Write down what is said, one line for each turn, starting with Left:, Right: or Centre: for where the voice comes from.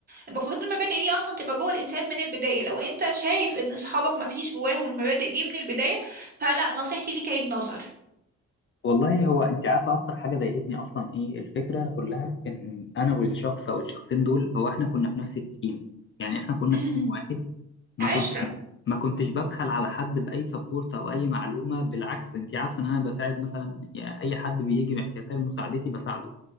Right: المفروض المبادئ دي اصلا تبقى جوه الانسان من البدايه لو انت شايف ان اصحابك ما فيش جواهم المبادئ دي من البدايه فلا نصيحتي ليك عيد نظر
Left: والله هو انت عارفه اكتر حاجه ضايقتني اصلا ايه الفكره كلها ان انا والشخص او الشخصين دول هو احنا كنا في نفس التيم يعني احنا كنا
Right: امم
Left: في تيم واحد ما
Right: عشره
Left: كنت ما كنتش ببخل على حد باي سبورت او اي معلومه بالعكس انت عارفه ان انا بساعد مثلا يعني اي حد بيجي محتاج مساعدتي بساعده